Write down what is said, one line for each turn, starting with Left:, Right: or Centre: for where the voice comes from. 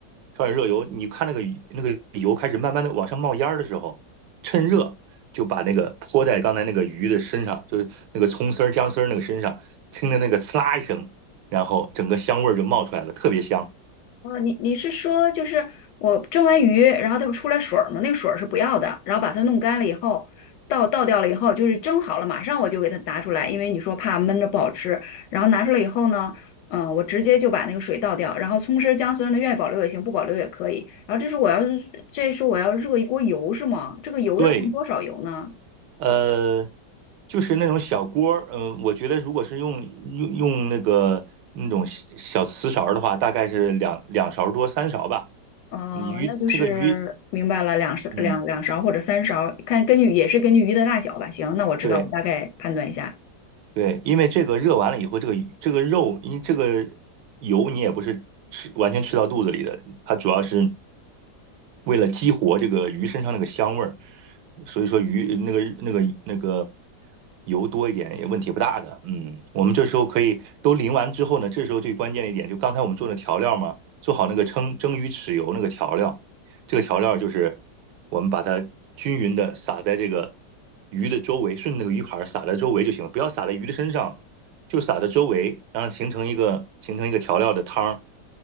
Right: 烧点热油。你看那个那个油开始慢慢的往上冒烟的时候，趁热就把那个泼在刚才那个鱼的身上，就是那个葱丝儿、姜丝儿那个身上，听着那个刺啦一声，然后整个香味儿就冒出来了，特别香。
Left: 哦，你你是说就是我蒸完鱼，然后它不出来水儿吗？那个水儿是不要的，然后把它弄干了以后，倒倒掉了以后，就是蒸好了，马上我就给它拿出来，因为你说怕闷着不好吃。然后拿出来以后呢，嗯，我直接就把那个水倒掉，然后葱丝儿姜丝儿呢，愿意保留也行，不保留也可以。然后这是我要是这是我要热一锅油是吗？这个油要放多少油呢？
Right: 对，呃，就是那种小锅儿，嗯，我觉得如果是用用用那个那种小小瓷勺儿的话，大概是两两勺多三勺吧。
Left: 哦，
Right: 你鱼这个鱼，
Left: 那就是明白了，两勺两两勺或者三勺，
Right: 嗯，
Left: 看根据也是根据鱼的大小吧。行，那我知道，
Right: 对，
Left: 我大概判断一下。
Right: 对，因为这个热完了以后，这个这个肉，因这个油你也不是吃完全吃到肚子里的，它主要是为了激活这个鱼身上那个香味儿，所以说鱼那个那个那个油多一点也问题不大的。嗯，我们这时候可以都淋完之后呢，这时候最关键的一点就刚才我们做的调料嘛，做好那个蒸蒸鱼豉油那个调料，这个调料就是我们把它均匀的撒在这个鱼的周围，顺着那个鱼盘撒在周围就行了，不要撒在鱼的身上，就撒在周围，让它形成一个形成一个调料的汤儿，